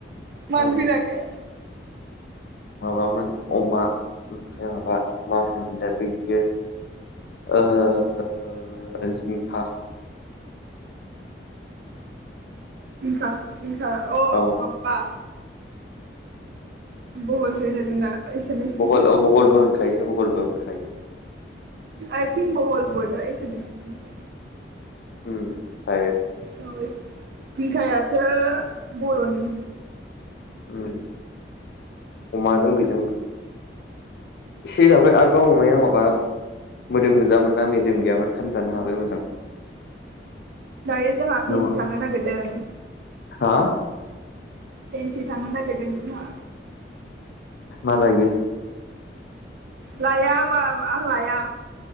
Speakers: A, on the right; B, on the left.
A: मा ओंख्रिं
B: औ
A: जाखो
B: माबामोन अमा ओमफ्राय माबा मा होनोमोनलाय बैयो ओ जिंखा
A: जिंखा जिंखा अ
B: औ
A: माबा बहल सो होनो जोंना एसामिसनिसो
B: बहल औ बहलबो होनखायो बहलबो होनखायो
A: आइ थिंक वरद एसामिसनि सो
B: ओ जाय
A: औ जिंखायासो बर नि
B: उम अमाजों बेजों एसे जाबाय आर <unintelligible> अमाया माबा मोदोम गोजामोना मेजेम गैयामोन होनजानो हाबाय मोजां
A: दायो जोंहा फेनसि
B: नङामोन
A: थांनो नागिरदों
B: हा
A: फेनसि थांनो नागिरदों जोंहा
B: मा लायो?
A: लाया होनबा आं लाया